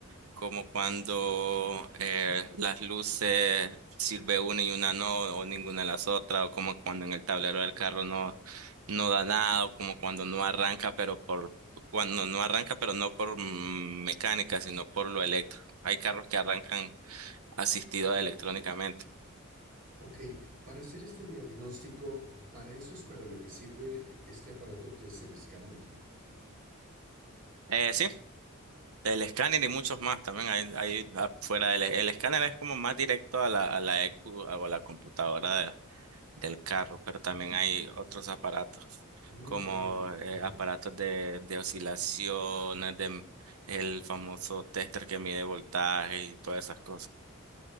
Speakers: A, on the right; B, on the right.
A: como cuando eh, las luces sirve una y una no, o ninguna de las otras, o como cuando en el tablero del carro no, no da nada, o como cuando no arranca, pero por, cuando no arranca, pero no por mm, mecánica, sino por lo eléctrico. Hay carros que arrancan asistidos electrónicamente.
B: Ok, para hacer este diagnóstico, ¿para eso es para lo que sirve este aparato que es el escáner?
A: Eh, sí, El escáner y muchos más también hay, hay afuera del el escáner es como más directo a la, a la EQ o a la computadora de- del carro, pero también hay otros aparatos
B: Mm,
A: como
B: ya, ya,
A: eh,
B: ajá.
A: aparatos de, de oscilaciones, de el famoso tester que mide voltaje y todas esas cosas.